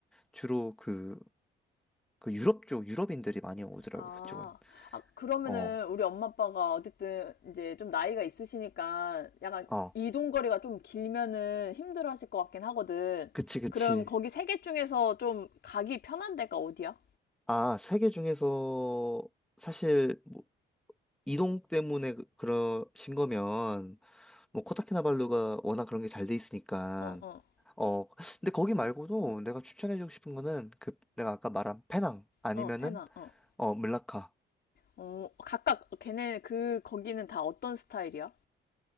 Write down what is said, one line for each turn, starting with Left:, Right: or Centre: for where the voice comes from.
Centre: 주로 그, 그 유럽 쪽, 유럽인들이 많이 오더라고,
Left: 아,
Centre: 그쪽은.
Left: 아 그러면은
Centre: 어,
Left: 우리 엄마 아빠가 어쨌든 이제 좀 나이가 있으시니까 약간
Centre: 어,
Left: 이동 거리가 좀 길면은 힘들어 하실 것 같긴 하거든.
Centre: 그치, 그치.
Left: 그럼 거기 세 개 중에서 좀 가기 편한 데가 어디야?
Centre: 아, 세계 중에서 사실 뭐 이동 때문에 그- 그러신 거면 뭐 코타키나발루가 워낙 그런 게 잘 돼 있으니까
Left: 어, 어,
Centre: 어 근데 거기 말고도 내가 추천해주고 싶은 거는 그 내가 아까 말한 페낭 아니면은
Left: 어, 페나, 어.
Centre: 어 물라카
Left: 어, 각각 걔네 그 거기는 다 어떤 스타일이야?